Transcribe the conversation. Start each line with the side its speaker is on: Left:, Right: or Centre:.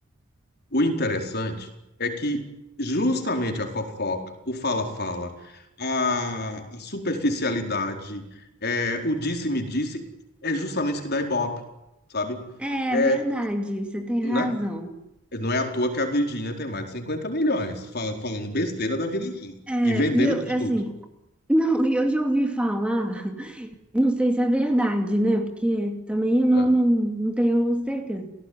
Left: O interessante é que justamente a fofoca, o fala-fala, a superficialidade, é, o disse-me-disse, é justamente isso que dá ibope, sabe?
Centre: É
Left: É,
Centre: verdade, você tem
Left: né?
Centre: razão.
Left: Não é à toa que a Virgínia tem mais de 50 milhões, fala- falando besteira da vida dela
Centre: É,
Left: e vendendo
Centre: e eu,
Left: produto.
Centre: assim, <laughs> não, e eu já ouvi falar, não sei se é verdade, né? Porque também eu não,
Left: É.
Centre: não, não tenho certeza.